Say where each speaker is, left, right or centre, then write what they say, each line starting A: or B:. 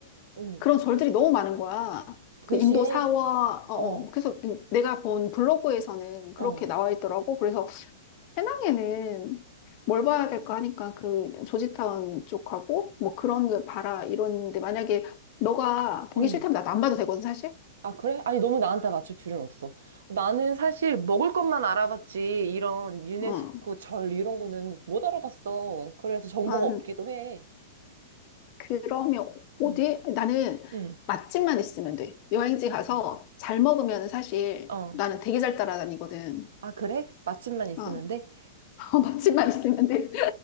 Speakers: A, on the right; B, on the left.
A: 응.
B: 그런 절들이 너무 많은 거야.
A: 도시에?
B: 그 인도 사와, 어,
A: 어,
B: 어. 그래서 내가 본 블로그에서는 그렇게
A: 어,
B: 나와 있더라고. 그래서 해낭에는 뭘 봐야 될까 하니까 그 조지타운 쪽하고 뭐 그런 거 봐라 이러는데 만약에 너가 보기
A: 응.
B: 싫다면 나도 안 봐도 되거든, 사실.
A: 아, 그래? 아니, 너무 나한테 맞출 필요는 없어. 나는 사실 먹을 것만 알아봤지, 이런 유네스코
B: 응.
A: 절 이런 거는 못 알아봤어. 그래서 정보가
B: 아,
A: 없기도 해.
B: 그러면 어디?
A: 응,
B: 나는
A: 응,
B: 맛집만 있으면 돼. 여행지 가서
A: 응.
B: 잘 먹으면 사실
A: 어.
B: 나는 되게 잘 따라다니거든.
A: 아, 그래? 맛집만 있으면
B: 어,
A: 돼?
B: <laughs> 맛집만 있으면 돼.